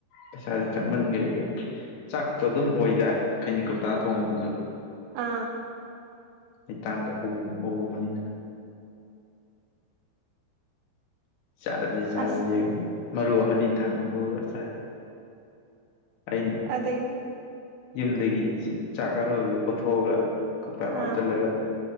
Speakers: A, on the left; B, on the right.
A: ꯄꯩꯁꯥꯥꯁꯦ ꯆꯪꯃꯟꯈ꯭ꯔꯦꯒꯥꯏ ꯆꯥꯛꯇꯣ ꯑꯗꯨꯝ ꯑꯣꯏꯗꯥꯏ ꯈꯩꯅꯤ ꯀꯧꯇꯥ ꯊꯣꯡꯕꯗꯨꯁꯨ꯫
B: ꯑꯥ꯫
A: ꯃꯇꯥꯟꯗ ꯑꯣꯝ ꯑꯣꯝꯕꯅꯤꯗ꯫ ꯆꯥꯔꯁꯦ ꯆꯥꯔꯁꯦ
B: ꯑꯁ
A: ꯃꯔꯨ ꯑꯃꯅꯤ ꯊꯥꯝ ꯗ‌ꯣꯒ ꯆꯥꯏ ꯑꯩꯅ
B: ꯑꯗꯩꯒꯤ
A: ꯌꯨꯝꯗꯒꯤ ꯆꯥꯛ ꯑꯔꯣꯏꯕꯗꯣ ꯀꯣꯊꯣꯛꯑꯒ ꯀꯪꯇꯥꯗ
B: ꯑꯥ
A: ꯍꯥꯞꯆꯜꯂꯒ